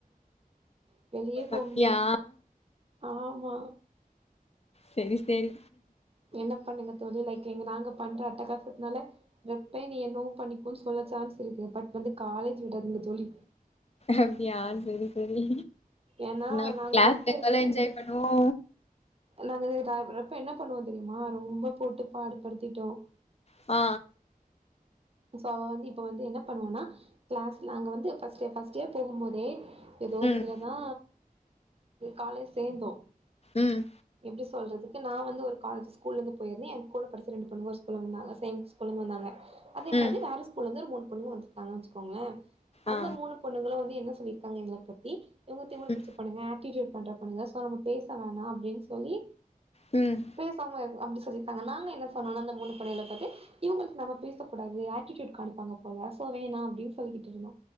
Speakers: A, on the right (about 40°); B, on the left (about 45°).
A: <unintelligible>
B: அப்டியா
A: முடியு ஆமா
B: சரி சரி
A: என்ன பண்ணுங்க தோழி லைக் எங்க நாங்க பண்ற அட்டகாசத்னால இப்ப நீ என்னவோ பண்ணிக்கோ சொல்ல சான்ஸ் இருக் இருக்கு பட் வந்து காலேஜ் விடாதுங்க தோழி
B: அப்படியா செரி செரி
A: ஏன்னா
B: நா
A: நாங்க
B: கிளாஸ்
A: ரெப்ப இருக்குல
B: <inaudible> என்ஜாய் பண்ணுவோ
A: நாங்க இது <unintelligible> என்ன பண்ணுவோ தெரிமா ரொம்ப போட்டு பாடு படுத்திட்டோ
B: ஆ
A: சோ அவ வந்து இப்ப வந்து என்ன பண்ணுவனா கிளாஸ் அங்க வந்து ஃபர்ஸ்டே ஃபஸ்ட் இயர் போகும் போதே எதோ ஒரு
B: ம்
A: இதுலதா காலேஜ் சேந்தோ
B: ம்
A: எப்படி சொல்றதுக்கு நா வந்து ஒரு காலேஜ் ஸ்கூலந்து போயிருந்தே எங்க கூட படிச்ச ரெண்டு பொண்ணுங்க ஒரு ஸ்கூல வந்தாங்க சேம் ஸ்கூலந்து வந்தாங்க அதே
B: ம்
A: மாரி வேற ஸ்கூல்லருந்து ஒரு மூணு பொண்ணுங்க வந்துருக்காங்க வச்சுக்கோங்களே அந்த
B: ஆ
A: மூணு பொண்ணுங்களு வந்து என்ன சொல்லியிருக்காங்க எங்க அப்பாத்தி இவுங்க திமுரு
B: ம்
A: பிடிச்ச பொண்ணுங்க <unintelligible> பண்ற பண்ணுங்க சோ நம்ம பேச வேணா அப்டின் சொல்லி
B: ம்
A: பேசாம அப்டி சொல்லிருக்காங்க நாங்க என்ன சொன்னோனா அந்த மூணு பணியாள தட்டு பத்தி இவுங்களுது நம்ம பேச கூடாது ஆட்டிடூட் காணிப்பாங்க போலோ சோ வேணா அப்படின்னு சொல்லிக்கிட்டு இருந்தோ